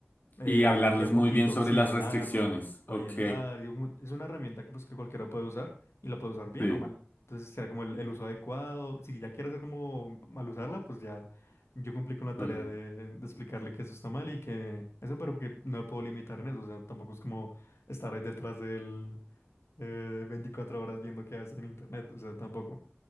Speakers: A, on the left; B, on the left.
A: eh,
B: Y hablarles
A: de a poquito,
B: muy bien sobre
A: sí,
B: las
A: hablarlo,
B: restricciones.
A: orientar.
B: Ok,
A: y un- es una herramienta que, pues, que cualquiera puede usar y la puede usar bien
B: sí.
A: o mal. Entonces será como el, el uso adecuado. Si ya quiere hacer como mal usarla, pues ya yo cumplí con la
B: problema.
A: tarea de, de explicarle que eso está mal y que eso, pero que no lo puedo limitar en eso. O sea, tampoco es como estar ahí detrás del eh, 24 horas viendo qué hace en internet. O sea, tampoco.